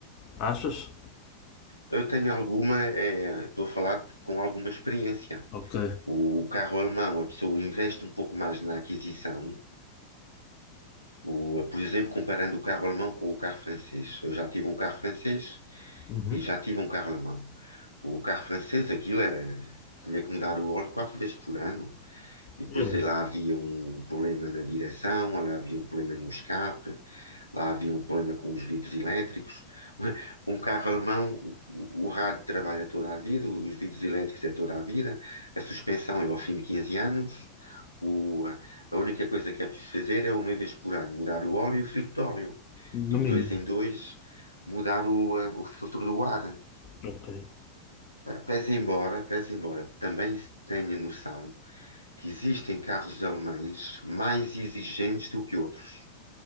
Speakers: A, on the left; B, on the left.
A: achas?
B: Eu tenho alguma, eh, estou a falar com alguma experiência.
A: Ok.
B: O carro alemão, a pessoa investe um pouco mais na aquisição. O- por exemplo, comparando o carro alemão com o carro francês. Eu já tive um carro francês
A: Uhum.
B: e já tive um carro alemão. O carro francês, aquilo era, tinha que mudar o óleo quatro vezes por ano. E depois
A: Eu,
B: aí lá havia um problema na direção, lá havia um problema no escape. Lá havia um problema com os vidros elétricos. <laughs> Um carro alemão, o, o rádio trabalha toda a vida, os vidros elétricos é toda a vida, a suspensão é ao fim de 15 anos. O- a única coisa que é preciso fazer é uma vez por ano mudar o óleo e o filtro de óleo.
A: no
B: E de
A: mínimo.
B: dois em dois mudar o, eh, o filtro do ar.
A: Ok.
B: Pese embora, pese embora, também tenha noção que existem carros alemães mais exigentes do que outros.